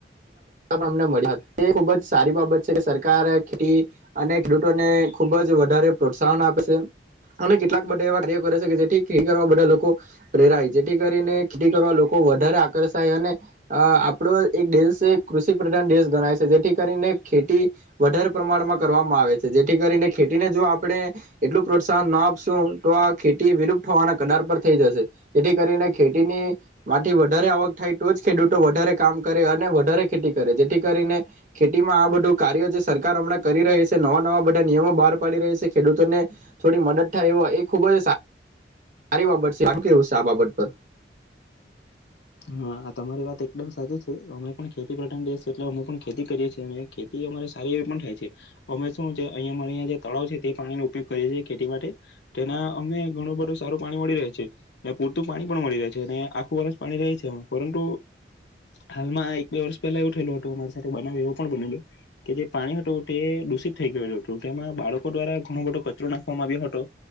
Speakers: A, on the right (about 45°); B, on the left (about 70°).
A: મને મળ્યા હતા એ ખુબ જ સારી બાબત છે સરકાર ખેતી અને ખેડૂતોને ખુબ જ વધારે પ્રોત્સાહન આપે છે અને કેટલાક બધા એવા કાર્ય કરે છે કે જેથી ખેતી કરવા બધા લોકો પ્રેરાય જેથી કરીને ખેતી કરવા લોકો વધારે આકર્ષાય અને અ આપડો એક દેશ છે કૃષિ પ્રધાન દેશ ગણાય છે જેથી કરીને ખેતી વધારે પ્રમાણમાં કરવામાં આવે છે જેથી કરીને ખેતીને જો આપણે એટલું પ્રોત્સાહન ના આપશું તો આ ખેતી વિલુપ્ત હોવાના કદાર પર થઈ જશે જેથી કરીને ખેતીની માંથી વધારે આવક થાય તો જ ખેડૂતો વધારે કામ કરે અને વધારે ખેતી કરે જેથી કરીને ખેતીમાં આ બધું કાર્ય જે સરકાર હમણાં કરી રહી છે નવા નવા બધા નિયમો બહાર પાડી રહી છે ખેડૂતોને થોડી મદદ થાય એ એ ખૂબ જ સારી બાબત છે કેવું છે આ બાબત પર?
B: હા તમારી વાત એકદમ સાચી છે અમે પણ ખેતી પ્રધાન છીએ એટલે અમે પણ ખેતી કરીએ છીએ અને ખેતી અમારે સારી એવી પણ થાય છે અમે શું છે અહીંયા અમા અંયા જે તળાવ છે તે પાણીનો ઉપયોગ કરીએ છીએ ખેતી માટે તેના અમે ઘણું બધું સારું પાણી મળી રહે છે અને પૂરતું પાણી પણ મળી રહે છે અને આખું વર્ષ પાણી છેમાં પરંતુ હાલમાં એક બે વર્ષ પહેલા એવું થયેલું હતું અમારી સાથે બનાવ એવો પણ બનેલો કે જે પાણી હતું તે દૂષિત થઈ ગયેલું હતું તેમાં બાળકો દ્વારા ઘણો બધો કચરો નાખવામાં આવ્યો હતો